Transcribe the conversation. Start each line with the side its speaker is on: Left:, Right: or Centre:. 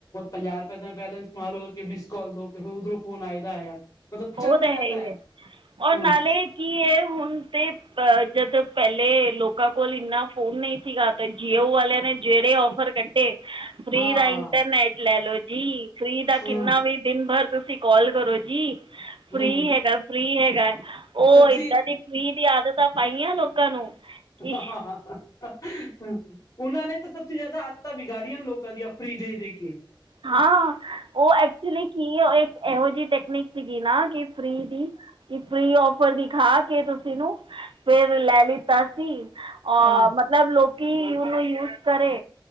Left: ਪੰਜਾਹ ਰੁਪਏ ਦਾ ਬੈਲੈਂਸ ਮਾਰੋ ਕਿ ਮਿਸ ਕਾਲ ਦੋ ਕਿ ਫਿਰ ਉਧਰੋਂ ਫੋਨ ਆਏ ਦਾ ਆਇਆ। ਮਤਲੱਬ
Right: ਉਹ
Left: ਚਲਦਾ
Right: ਤਾਂ
Left: ਰਹਿੰਦਾ
Right: ਹੀ
Left: ਹੈ
Right: ਔਰ
Left: ਹਮ।
Right: ਨਾਲੇ ਕੀ ਇਹ ਹੁਣ ਤੇ। ਅ ਜਦ ਪਹਿਲੇ ਲੋਕਾਂ ਕੋਲ ਇੰਨਾ ਫੋਨ ਨਹੀਂ ਸੀਗਾ ਤੇ ਜੀਓ ਵਾਲਿਆਂ ਨੇ ਜਿਹੜੇ। ਕੱਢੇ ਫ੍ਰੀ
Left: ਹਾਂ,
Right: ਦਾ ਇੰਟਰਨੈਟ ਲੈ ਲੋ ਜੀ ਫ੍ਰੀ ਦਾ
Left: ਹੂੰ,
Right: ਕਿੰਨਾ ਵੀ। ਦਿਨ ਭਰ ਤੁਸੀਂ ਕਾਲ ਕਰੋ ਜੀ ਫ੍ਰੀ
Left: ਹੂੰ।
Right: ਹੈਗਾ ਫ੍ਰੀ ਹੈਗਾ। ਉਹ
Left: ਸੱਚੀ
Right: ਇਦਾਂ ਦੀ ਫ੍ਰੀ ਦੀ ਆਦਤਾਂ ਪਾਈਆਂ ਲੋਕਾਂ ਨੂੰ। ਕਿ
Left: ਹਾ ਹਾ ਹਾ। ਉਹਨਾਂ ਨੇ ਤਾਂ ਸਭ ਤੋਂ ਜ਼ਿਆਦਾ ਆਦਤਾਂ ਵਿਗਾੜੀਆਂ ਲੋਕਾਂ ਦੀਆਂ ਫ੍ਰੀ ਦੇ ਦੇ ਕੇ।
Right: ਹਾਂ ਉਹ ਐਕਚੁਲੀ ਕੀ ਉਹ ਇੱਕ ਇਹੋ ਜਿਹੀ ਟੈਕਨੀਕ ਸੀਗੀ ਨਾ ਕਿ। ਪ੍ਰੀਤੀ। ਫ੍ਰੀ ਔਫਰ ਦਿਖਾ ਕੇ ਤੁਸੀਂ ਨੂੰ ਫਿਰ ਲੈ ਲਿੱਤਾ ਸੀ ਅ।
Left: ਹਾਂ-ਹਾਂ
Right: ਮਤਲੱਬ ਲੋਕੀ ਉਹਨੂੰ ਯੂਜ ਕਰੇ।